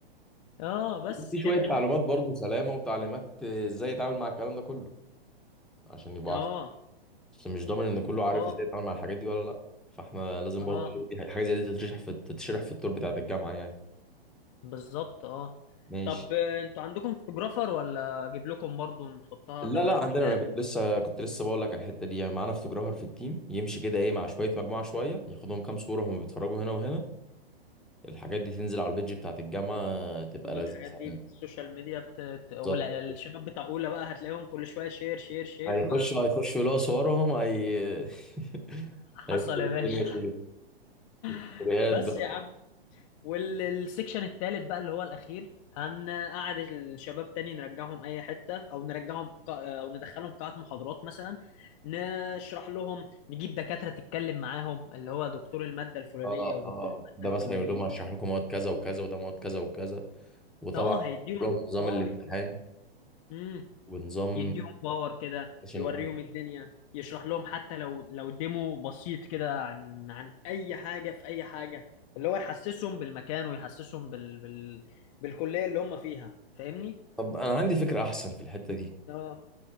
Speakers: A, on the left; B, in the centre.
A: اه بس
B: في شوية
A: كده
B: مم. تعليمات برضو سلامة وتعليمات آه، ازاي يتعامل مع الكلام ده كله عشان يبقى
A: اه
B: عارف بس مش ضامن ان كله عارف
A: اه
B: ازاي يتعامل مع الحاجات دي ولا لا فاحنا لازم
A: اه
B: برضو إيه، دي حاجة زي دي تتشرح في تتشرح في التور بتاعة الجامعة يعني
A: بالظبط اه
B: ماشي
A: طب آه، انتوا عندكم فوتوجرافر ولا اجيب لكم برضو نحطها
B: لا
A: تبع
B: لا
A: البلان
B: عندنا انا كنت لسه كنت لسه بقول لك على الحتة دي يعني معانا فوتوجرافر في التيم يمشي كده ايه مع شوية مجموعة شوية ياخدهم كام صورة هم بيتفرجوا هنا وهنا الحاجات دي تنزل على البيدج بتاعة الجامعة تبقى
A: أما
B: لذيذة
A: الحاجات دي
B: يعني.
A: في السوشيال ميديا بت... بت- ولا
B: بالظبط
A: الشباب بتاع اولى بقى هتلاقيهم كل شويه شير شير شير
B: هيخشوا هيخشوا يلاقوا صورهم هي <laughs>
A: فحصل
B: هيكتبوا
A: يا باشا
B: الدنيا في الستوريات
A: <laughs> بس
B: بقى
A: يا عم والسكشن التالت بقى اللي هو الاخير هنقعد الشباب تاني نرجعهم اي حته او نرجعهم ق... او ندخلهم قاعه محاضرات مثلا نشرح لهم نجيب دكاتره تتكلم معاهم اللي هو دكتور الماده الفلانيه
B: اه
A: ودكتور
B: اه
A: الماده
B: ده مثلا
A: الفلانيه
B: يقول لهم هشرح لكم مواد كذا وكذا وده مواد كذا وكذا وطبعا
A: اه هيديهم
B: لهم نظام
A: اه
B: الامتحان
A: امم
B: ونظام
A: يديهم باور كده
B: عشان
A: يوريهم
B: وكل
A: الدنيا يشرح لهم حتى لو لو ديمو بسيط كده عن عن اي حاجه في اي حاجه اللي هو يحسسهم بالمكان ويحسسهم بال... بال... بالكليه اللي هم فيها فاهمني
B: طب انا عندي فكره احسن في الحته دي
A: اه